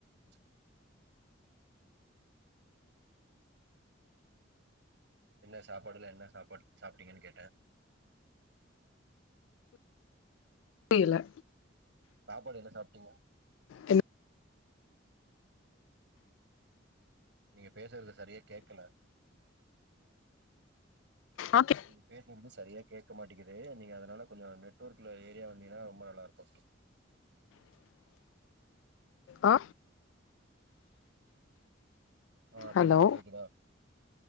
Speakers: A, on the right; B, on the left.
A: ச்ச என்ன சாப்பாடுல என்ன சாப்பாடு சாப்ட்டீங்கனு கேட்டே
B: டியல
A: சாப்பாடு என்ன சாப்ட்டீங்க
B: என்ன
A: நீங்க பேசுறது சரியா கேக்கல
B: ஓகே
A: நீங்க பேசுறது சரியா கே கேக்க மாட்டேங்குது நீங்க அதனால கொஞ்சோ நெட்ஒர்க்ல ஏரியா வந்தீங்கனா ரொம்ப நல்லா இருக்கு
B: ஆ
A: ஆ
B: ஹலோ
A: சொல்லுங்க கேக்குதா